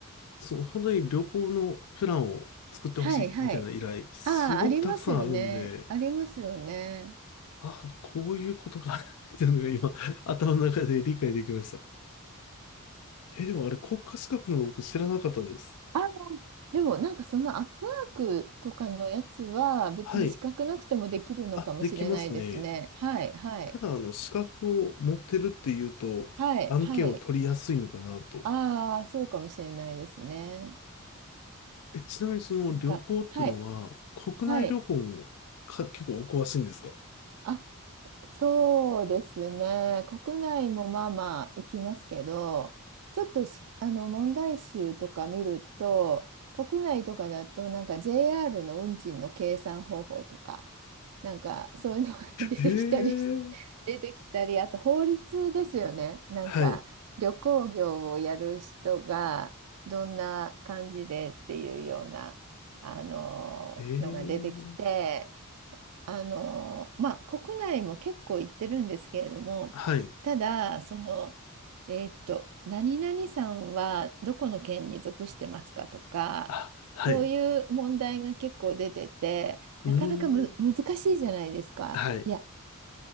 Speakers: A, on the left; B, on the right.
A: その本当に旅行のプランを作ってほしいみたいな依頼、
B: はいはい。
A: すごくたくさんあるんで、
B: ああ、ありますよね。ありますよね。
A: あ、こういうことか <laughs> っていうのが今、頭の中で理解できました。え、でもあれ国家資格なの僕知らなかったです。
B: あのでもなんかそのアップワークとかのやつは別に資格なくてもできるのかもしれないですね。
A: はい。あ、できますね。
B: はいはい
A: ただ、あの、資格を持ってるっていうと、
B: はいはい。
A: 案件を取りやすいのかなと。
B: ああ、そうかもしれないですね。
A: え、ちなみにその旅行っていうのは、
B: なんか、はい
A: 国内旅行もか、
B: はい。
A: 結構お詳しいんですか
B: あそうですね。国内もまあまあ行きますけど、ちょっとし、あの問題集とか見ると、国内とかだとなんか JR の運賃の計算方法とか、なんかそういうのが <laughs> 出てきたりし、
A: へえ、
B: <laughs> 出てきたり、あと法律ですよね。なんか旅行業をやる人がどんな感じでっていうような、
A: はい。
B: あののが出てきて、
A: ええ、
B: あの、まあ、国内も結構行ってるんですけれども、
A: はい。
B: ただ、その、えーっと、何々さんはどこの県に属してますかとか、
A: あ、はい。
B: そういう問題が結構出てて、
A: うー
B: なかなかむ、
A: ん、
B: 難しいじゃないですか。
A: はい。
B: いや、